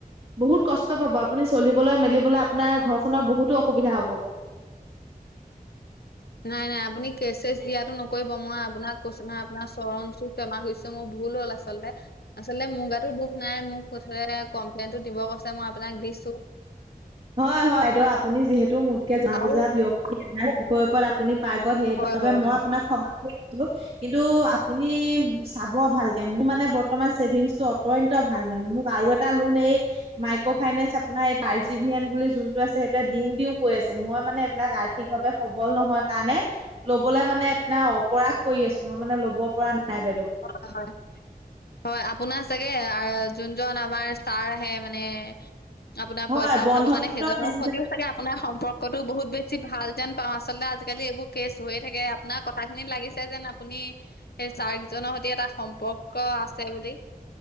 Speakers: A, on the right (about 35°); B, on the left (about 85°).
A: বহুত কষ্ট পাব আপুনি চলিবলৈ মেলিবলৈ আপোনাৰ ঘৰখনৰ বহুতো অসুবিধা হব।
B: নাই নাই আপুনি কেচছ দিয়াটো নকৰিব মই আপোনাক কৈছো ন আপোনাৰ চৰণ চুই ক্ষমা খুজিছোঁ মোৰ ভুল হ'ল আচলতে আচলতে মুগাতো দুখ নাই মোক কুঠোৱে কমপ্লেইনটো দিব কৈছে মই আপোনাক দিছোঁ।
A: হয় হয় বাইদেউ আপুনি যিহেতু মোতকে যোৱা
B: আৰু
A: বুজা ব্যক্তি <unintelligible> হৈ পয় আপুনি পাই গ'ল সেইবাবে
B: হয়, হয়,
A: মই
B: হয়,
A: আপোনাক ক্ষমা কৰিছো কিন্তু আপুনি চাব ভাল কে মো মানে বৰ্তমান চছেভিংছটো অত্যন্ত ভাল মানে মোক আৰু এটা লোন এই মাইক্ৰ' ফাইনেন্স আপোনাৰ এই আৰ জি ভিয়ন বুলি যোনটো আছে সেইটোৱে দিও দিও কৈ আছে মই মানে এইবিলাক আ ৰ্থিক ভাৱে সবল নহয় কাৰণে ল'বলৈ মানে এপিনাও অপৰাস কৰি আছো মই মানে ল'ব পৰা নাই বাইদেউ
B: অ হয় হয় আপোনাৰ চাগে যোনজন আমাৰ ছাৰ আহে মানে। আপোনাৰ
A: হয়
B: পইচা উঠাব
A: বন্ধন
B: কাৰণে সেইজনৰ সতিও চাগে আপোনাৰ সম্প কতো বহুত বেছি ভাল যেন পাওঁ আচলতে আজিকালি এইবোৰ কেছ হয়। থাকে আপোনাৰ কথা খিনিত লাগিছে যেন আপুনি সেই চাৰ কিজনৰ সৈতে এটা সম্পৰ্ক আছে বুলি।